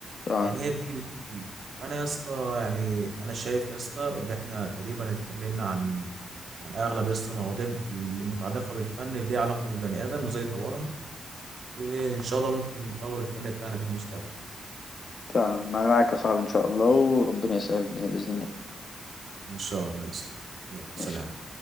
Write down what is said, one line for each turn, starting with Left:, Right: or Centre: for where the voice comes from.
Left: فعلا
Right: يعني هي بتيجي بالتدريج انا يا اسطى يعني انا شايف يا اسطى ان احنا تقريبا اتكلمنا عن عن اغلب يا اسطى المواضيع المتعلقة بالفن اللي ليها علاقة بالبني ادم وازاي يطورها وإن شاء الله ممكن نطور الفن بتاعنا في المستقبل
Left: فعلا أنا معاك يا صاحبي إن شاء الله وربنا يسهل الدنيا بإذن الله
Right: إن شاء الله يسلم يلا سلام
Left: ماشي